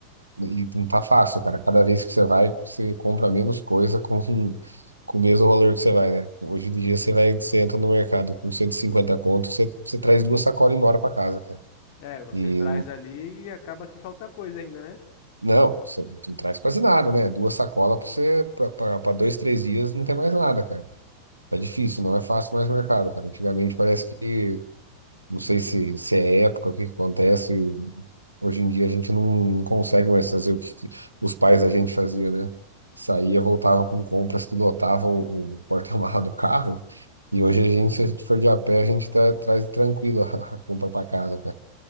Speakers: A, on the right (about 85°); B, on the left (about 45°).
A: e não tá fácil, cara. Cada vez que você vai, você compra menos coisa com, <laughs> com o mesmo valor que você vai, né? Hoje em dia você vai, você entra no mercado com 150 conto, você, você traz duas sacolas embora para casa, cara.
B: É, você
A: E
B: traz ali e acaba que falta coisa ainda, né?
A: Não, você não traz quase nada, né? Duas sacolas pra você, para dois, três dias não tem mais nada, cara. Tá difícil, não é fácil mais mercado, cara. Antigamente parece que, não sei se, se é época, o que que acontece. Hoje em dia a gente não consegue mais fazer o que os pais da gente faziam, né? Saía, voltava com compras que lotava o, o porta-mala do carro. E hoje a gente, se a gente for de a pé, a gente tá, traz tranquilo a a compra pra casa, cara.